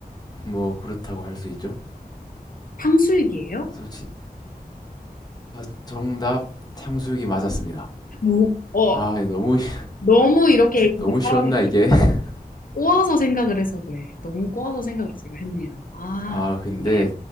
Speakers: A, on the left; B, on the left.
A: 뭐, 그렇다고 할 수 있죠.
B: 탕수육이에요?
A: 그래서 지- 아, 정답, 탕수육이 맞았습니다.
B: 뭐, 어,
A: 아, 너무, <laughs> 쉬-
B: 너무 이렇게 진짜
A: 너무 쉬웠나,
B: 사람이
A: 이게? <laughs>
B: 꼬아서 생각을 해서 그래. 너무 꼬아서 생각을 지금 했네요. 아,
A: 아, 근데,
B: 무슨 말이에요?